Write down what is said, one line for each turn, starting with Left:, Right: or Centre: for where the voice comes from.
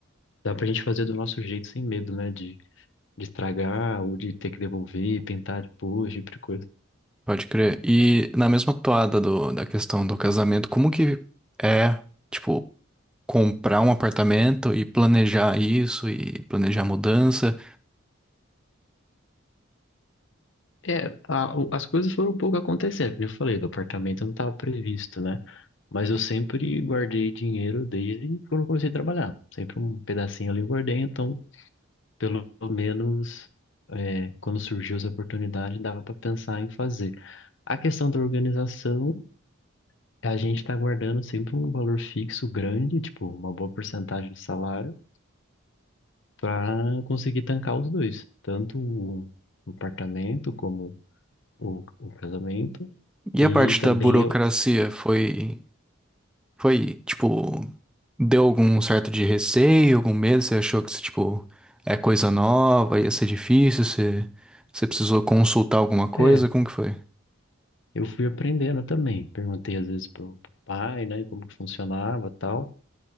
Left: dá pra gente fazer do nosso jeito sem medo, né? De, de estragar ou de ter que devolver, pintar depois, tipo de coisa.
Centre: Pode crer. E na mesma toada do, da questão do casamento, como que é, tipo, comprar um apartamento e planejar isso e planejar a mudança?
Left: É, a- o- as coisas foram um pouco acontecendo, como eu falei, do apartamento não estava previsto, né? Mas eu sempre guardei dinheiro desde quando eu comecei a trabalhar. Sempre um pedacinho ali eu guardei, então pelo menos é, quando surgiu essa oportunidade, dava para pensar em fazer. A questão da organização, a gente está guardando sempre um valor fixo grande, tipo, uma boa porcentagem do salário, para conseguir tancar os dois, tanto o apartamento como o, o casamento.
Centre: E
Left: E
Centre: a parte
Left: também
Centre: da burocracia
Left: eu,
Centre: foi, foi, tipo, deu algum certo de receio, algum medo? Você achou que, tipo, é coisa nova, ia ser difícil? Você, você precisou consultar alguma coisa?
Left: é,
Centre: Como que foi?
Left: eu fui aprendendo também. Perguntei às vezes pro, pro pai, né, como que funcionava, tal.